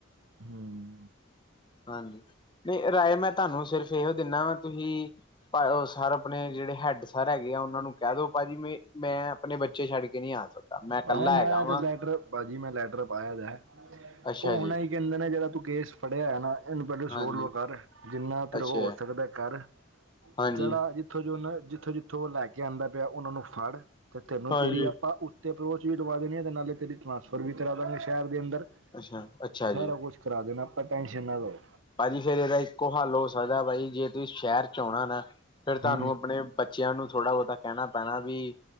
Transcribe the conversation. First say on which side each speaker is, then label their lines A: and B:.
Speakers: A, on the right (about 75°); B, on the left (about 25°).
A: ਹਮ
B: ਹਾਂਜੀ, ਨਹੀਂ ਰਾਏ ਮੈਂ ਤੁਹਾਨੂੰ ਸਿਰਫ਼ ਓ ਦੀਣਾ ਵਾ ਤੁਸੀ ਭਾਓ ਸਰ ਆਪਣੇ ਜਿਹੜੇ ਹੈੱਡ ਸਰ ਹੈਗੇ, ਉਹਨਾਂ ਨੂੰ ਕਹਿ ਦੋ ਭਾਜੀ ਮ ਮੈਂ ਆਪਣੇ ਛੱਡ ਕੇ ਨਹੀਂ ਆ ਸਕਦਾ ਮੈਂ ਇਕੱਲਾ
A: ਆਹੋ ਮੈਂ
B: ਹੈਗਾ ਵਾਂ
A: ਤੇ ਲੈਟਰ ਭਾਜੀ ਮੈਂ ਲੈਟਰ ਪਾਇਆਂ ਜਾ
B: ਅੱਛਾ
A: ਉਹ ਹੋਣਾ
B: ਜੀ
A: ਹੀ ਕਹਿੰਦੇ ਨੇ ਜਿਹੜਾ ਤੂੰ ਕੇਸ ਫ਼ੜਿਆ ਏ ਨਾ ਇਹਨੂੰ ਪਹਿਲੇ
B: ਹਾਂਜੀ
A: ਸੋਲਵ ਕਰ ਜਿੰਨਾ ਤੇਰੇ
B: ਅੱਛਾ
A: ਹੋ ਸਕਦਾ ਕਰ
B: ਹਾਂਜੀ
A: ਜਿਹੜਾ ਜ ਜਿੱਥੋਂ ਜੋ ਉਹ ਜਿੱਥੋਂ ਜਿੱਥੋਂ ਉਹ ਲੈ ਕੇ ਆਂਦਾ ਪਿਆ ਉਹਨਾਂ ਨੂੰ ਫੜ੍ਹ ਤੇ ਤੈਨੂੰ
B: ਹਾਂਜੀ।
A: ਤੇਰੀ ਆਪ ਉੱਤੇ ਪਰ ਓ ਚੀਜ਼ ਲਵਾਂ ਦੇਣੀ ਏ ਤੇ ਨਾਲ਼ੇ ਤੇਰੀ ਟ੍ਰਾਂਸਫਰ ਵੀ ਕਰਾ ਸ਼ਹਿਰ ਦੇ ਅੰਦਰ
B: ਅੱਛਾ, ਅੱਛਾ
A: ਤੇ ਸਾਰਾ
B: ਜੀ।
A: ਕੁਛ ਦੇਣਾ ਆਪਾਂ ਟੈਸ਼ਨ ਨਾ ਲਹਿ।
B: ਭਾਜੀ ਫ਼ੇਰ ਇਹਦਾ ਇੱਕੋ ਹੱਲ ਹੋ ਸਕਦਾ। ਬਾਈ ਜੇ ਤੁਸੀਂ ਸ਼ਹਿਰ ਚ ਆਉਣਾ ਨਾ ਫ਼ੇਰ ਤੁਹਾਨੂੰ
A: ਹੂੰ
B: ਆਪਣੇ ਬੱਚਿਆਂ ਨੂੰ ਥੋੜ੍ਹਾ ਬਹੁਤਾ ਕਹਿਣਾ ਪੈਣਾ ਵੀ,